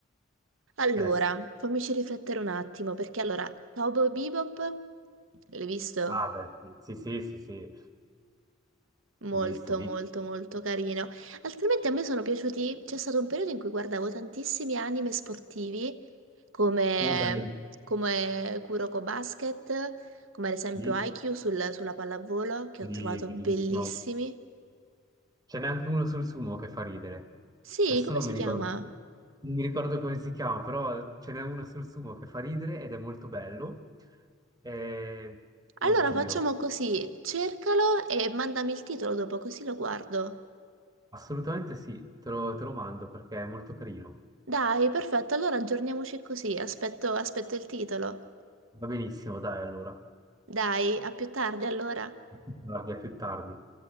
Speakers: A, on the right; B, on the right.
A: Allora,
B: Eh sì.
A: fammici riflettere un attimo, perché allora, Cowboy Bebop, l'hai visto?
B: Ah, beh, sì, sì, sì, sì, sì.
A: Molto,
B: Visto, visto.
A: molto, molto carino. Altrimenti a me sono piaciuti. C'è stato un periodo in cui guardavo tantissimi anime sportivi come,
B: Uber,
A: come Kuroko Basket, come ad esempio
B: sì,
A: Haikyuu sul- sulla pallavolo, che
B: sì,
A: ho trovato
B: bellissimo.
A: bellissimi.
B: Ce n'è anche uno sul sumo che fa ridere.
A: Sì,
B: Adesso
A: come
B: non
A: si
B: mi
A: chiama?
B: ricordo, non mi ricordo come si chiama, però ce n'è uno sul sumo che fa ridere ed è molto bello. Eh, oddio,
A: Allora facciamo così: cercalo e mandami il titolo dopo, così lo guardo.
B: assolutamente sì, te lo te lo mando perché è molto carino.
A: Dai, perfetto, allora aggiorniamoci così. Aspetto, aspetto il titolo.
B: Va benissimo, dai, allora.
A: Dai, a più tardi allora.
B: <laughs> A più tardi, a più tardi.